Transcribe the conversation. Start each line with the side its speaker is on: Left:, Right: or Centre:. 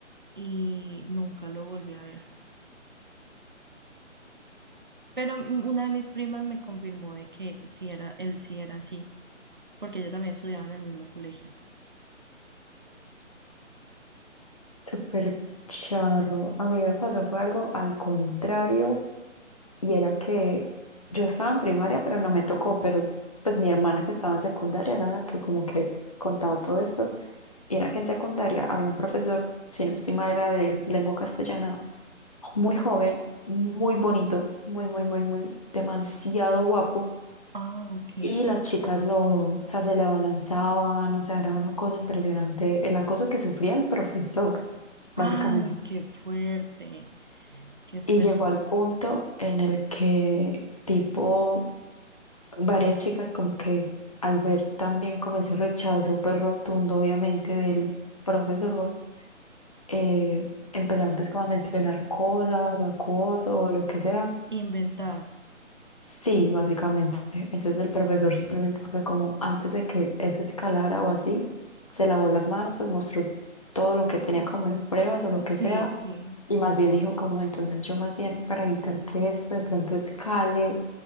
Right: y nunca lo volví a ver. Pero mm, una de mis primas me confirmó de que sí era, él sí era así, porque ella también estudiaba en el mismo colegio.
Left: Súper charro. A mí me pasó fue algo al contrario y era que yo estaba en primaria, pero no me tocó, pero pues mi hermana que estaba en secundaria era la que como que contaba todo esto y era que en secundaria había un profesor, si no estoy mal, era de lengua castellana, muy joven, muy bonito, muy, muy, muy, muy, demasiado guapo.
Right: Ah, ok.
Left: Y las chicas lo, o sea, se le abalanzaban, o sea, era una cosa impresionante el acoso que sufría el profesor,
Right: Ay,
Left: básicamente.
Right: qué fuerte, qué fuerte.
Left: Y llegó al punto en el que, tipo, varias chicas como que al ver también como ese rechazo, pues rotundo, obviamente, del profesor, eh, empezaron pues como a mencionar cosas, o acoso, o lo que sea.
Right: Inventar.
Left: Sí, básicamente. Entonces el profesor simplemente fue como, antes de que eso escalara o así, se lavó las manos, pues mostró todo lo que tenía como de pruebas o lo que
Right: Sí,
Left: sea,
Right: sí.
Left: y más bien dijo como, entonces yo más bien para evitar que esto de pronto escale